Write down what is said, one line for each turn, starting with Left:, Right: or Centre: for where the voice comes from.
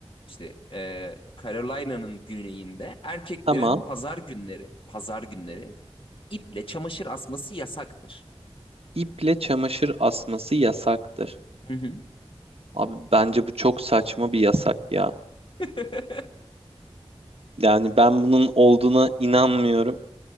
Left: işte e, Carolina'nın güneyinde erkeklerin
Right: tamam
Left: pazar günleri pazar günleri iple çamaşır asması yasaktır.
Right: iple çamaşır asması yasaktır.
Left: Hı hı.
Right: Abi bence bu çok saçma bir yasak ya.
Left: <laughs>
Right: Yani ben bunun olduğuna inanmıyorum.